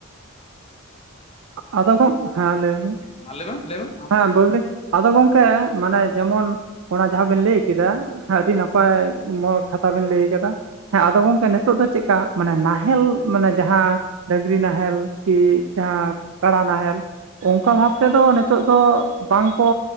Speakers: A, on the right; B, on the left.
A: ᱟᱫᱚ ᱜᱚᱜ ᱦᱮᱸ ᱞᱟᱹᱭ ᱵᱤᱱ
B: ᱢᱟ ᱞᱟᱹᱭ ᱢᱮ ᱞᱟᱹᱭ ᱢᱮ ᱟᱢ
A: ᱦᱮᱸ ᱵᱚᱞᱮ ᱟᱫᱚ ᱜᱚᱝᱠᱮ ᱢᱟᱱᱮ ᱡᱮᱢᱚᱱ ᱚᱱᱟ ᱡᱟᱦᱟᱸ ᱵᱤᱱ ᱞᱟᱭ ᱠᱟᱫᱟ ᱟᱰᱤ ᱱᱟᱯᱟᱭ ᱠᱷᱟᱛᱷᱟ ᱵᱤᱱ ᱞᱟᱹᱭ ᱠᱟᱫᱟ ᱦᱮᱸ ᱟᱫᱚ ᱜᱚᱢᱠᱮ ᱱᱤᱛᱚᱜ ᱫᱚ ᱪᱮᱫᱠᱟ ᱢᱟᱱᱮ ᱱᱟᱦᱮᱞ ᱢᱟᱱᱮ ᱡᱟᱦᱟᱸ ᱰᱟᱺᱝᱨᱤ ᱱᱟᱦᱮᱸᱞ ᱠᱤ ᱡᱟᱦᱟᱸ ᱠᱟᱬᱟ ᱱᱟᱦᱮᱞ ᱚᱱᱠᱟ ᱵᱷᱟᱵ ᱛᱮ ᱫᱚ ᱱᱤᱛᱚᱜ ᱫᱚ ᱵᱟᱝ ᱠᱚ